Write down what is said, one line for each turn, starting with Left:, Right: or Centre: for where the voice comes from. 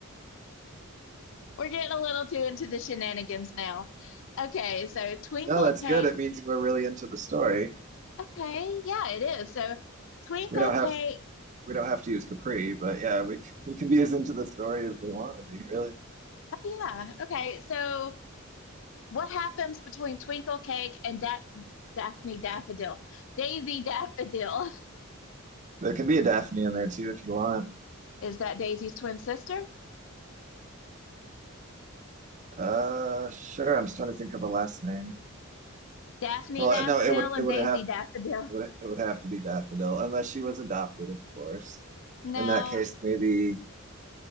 Left: We're getting a little too into the shenanigans now. Okay, so Twinkle
Right: No, that's
Left: Cake.
Right: good. It means we're really into the story.
Left: Okay, yeah, it is. So Twinkle
Right: We don't
Left: Cake.
Right: have we don't have to use Capri, but yeah, we we can be as into the story as we want to be, really.
Left: Oh, yeah. Okay, so what happens between Twinkle Cake and da Daphne Daffodil? Daisy Daffodil.
Right: There can be a Daphne in there too if you want.
Left: Is that Daisy's twin sister?
Right: Uh, sure. I'm just trying to think of a last name.
Left: Daphne
Right: Well,
Left: Daffodil
Right: no, it would
Left: and
Right: it would
Left: Daisy
Right: have
Left: Daffodil.
Right: it would it would have to be Daffodil, unless she was adopted, of course.
Left: No,
Right: In that case, maybe